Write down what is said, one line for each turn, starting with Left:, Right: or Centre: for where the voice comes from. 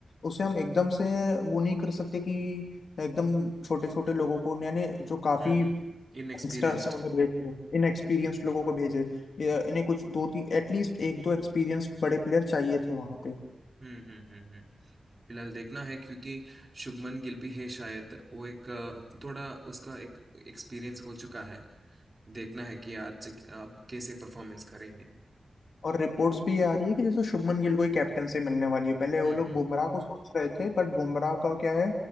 Left: उसे हम एकदम से वो नहीं कर सकते कि एकदम छोटे छोटे लोगों को यानी जो काफ़ी
Right: हम्म हम्म
Left: यंगस्टर्स
Right: इनएक्सपीरियंस्ड
Left: हैं उन्हें भेज इनएक्सपीरियंस्ड लोगों को भेजे या इन्हें कुछ दो तीन एटलीस्ट एक दो एक्सपीरियंस्ड बड़े प्लेयर चाहिए थे वहाँ पे
Right: हम्म हम्म हम्म हम्म। फिलहाल देखना है क्योंकि शुभमन गिल भी है शायद वो एक अ, थोड़ा उसका एक एक्सपीरियंस हो चुका है देखना है कि आज आप कैसे परफॉर्मेंस करेंगे
Left: और रिपोर्ट्स भी ये आ रही है कि जैसे शुभमन गिल को ही कैप्टनसी मिलने वाली है पहले वो
Right: हम्म
Left: लोग
Right: हम्म
Left: बुमराह को सोच रहे थे बट बुमराह का क्या है